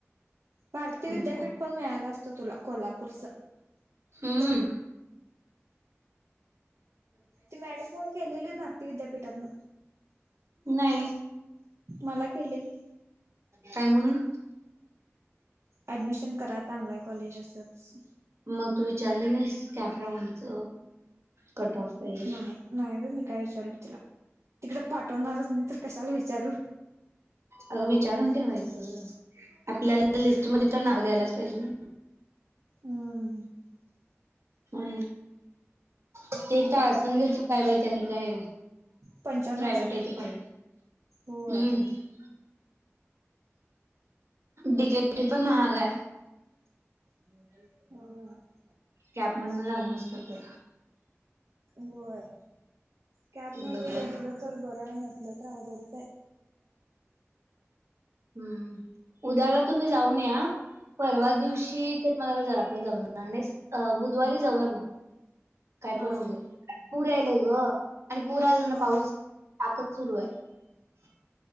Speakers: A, on the right; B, on the right.
A: भारतीय
B: पण
A: विद्यांपीठ
B: काय
A: पणं मिळालं असतं तुलां कोल्हापूरचं
B: हम्मं
A: ती मॅडम पोन केलेली आहे भारती विद्यांपीठांत
B: नाही.
A: मला केलेली.
B: काय म्हणून?
A: ऍडमिशन करा चांगलाय कॉलेज असच.
B: मग तू विचारले नाहीस कॅपराऊंडच कट ऑफ. वगैरे
A: नाही, नाही रे मी काय विचारलो तिला तिकडे पाठवणारच नाही तर कशाला विचारू.
B: अग विचारून ठेवायचं आपल्याला लिस्ट मध्ये तर नाव द्यायलाच पाहिजे ना.
A: हम्म.
B: हो ते तर सजाच काय बाहि त्यांनी काय
A: पंच्यानंऊ
B: प्रायव्हेट
A: हजार
B: आहे ते कॉलेज
A: होय.
B: हम्म डिगेरीग पण महागा आहे.
A: हो..
B: कॅप मधन झालं नसत तर.
A: होय, कॅब मध्ये
B: बघूया
A: बसलं तर बरं आहे नसल तर अवघड
B: हम्म उद्याला तुम्ही जाऊन या. परवा दिवशी
A: हा
B: तर मला जरा आपण जमणार नाही बुधवारी जाऊया मग. काय
A: हा
B: पण होऊ दे पूर आयलाय ग आणि पूर आला ना
A: हा
B: पाऊस ताकद सुरू आहे